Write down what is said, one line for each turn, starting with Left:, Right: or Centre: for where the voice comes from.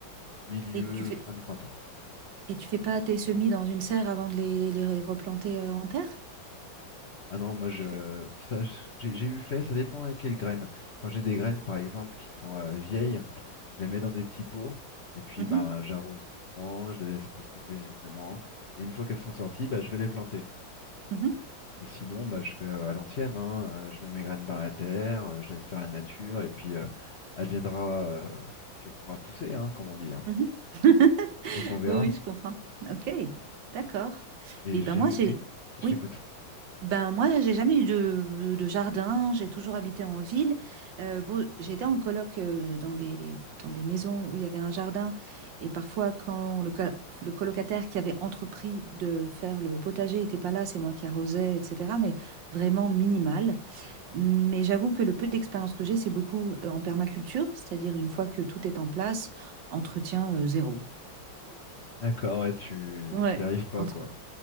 Left: milieu,
Right: Et tu fais
Left: fin du printemps.
Right: et tu fais pas tes semis dans une serre avant de les, les- les replanter euh, en terre?
Left: Ah non, moi, je,
Right: Tu fais.
Left: ça, je- j'ai j'ai eu fait, ça dépend à quelles graines. Quand j'ai des graines, par exemple, qui sont euh, vieilles, Je les mets dans des petits pots et puis
Right: Mhm.
Left: bah, j'arrose doucement, je les laisse pousser paisiblement. Et une fois qu'elles sont sorties, bah, je vais les planter.
Right: Mhm.
Left: Et sinon, bah, je fais euh, à l'ancienne, hein, euh, je mets mes graines dans la terre, euh, je laisse faire la nature et puis euh, adviendra euh, que pourra pousser, hein, comme on dit. hein.
Right: Mhm. Mhm. <laughs>
Left: Donc on verra.
Right: Oui, oui, je comprends. Ok, d'accord.
Left: Et
Right: Et
Left: j'ai
Right: ben moi,
Left: eu,
Right: j'ai,
Left: oui, je
Right: oui,
Left: t'écoute.
Right: ben moi, j'ai jamais eu de, de jardin. J'ai toujours habité en ville. Euh, bon, j'étais en coloc euh, dans des dans des maisons où il y avait un jardin. Et parfois, quand le, co- le colocataire qui avait entrepris de faire le potager n'était pas là, c'est moi qui arrosais, etc. Mais vraiment minimal. Mais j'avoue que le peu d'expérience que j'ai, c'est beaucoup euh, en permaculture, c'est-à-dire une fois que tout est en place, entretien euh, zéro.
Left: D'accord, ouais, tu
Right: Ouais.
Left: t'y arrives pas
Right: Entre
Left: quoi.